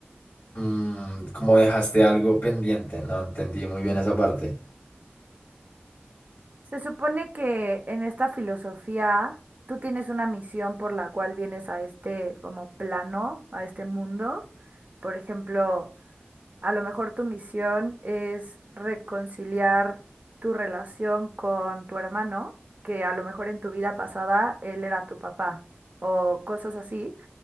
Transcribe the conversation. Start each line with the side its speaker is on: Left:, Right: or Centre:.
Left: Mm, como dejaste algo pendiente, no entendí muy bien esa parte.
Right: Se supone que en esta filosofía tú tienes una misión por la cual vienes a este como plano, a este mundo. Por ejemplo, a lo mejor tu misión es reconciliar tu relación con tu hermano, que a lo mejor en tu vida pasada él era tu papá o cosas así.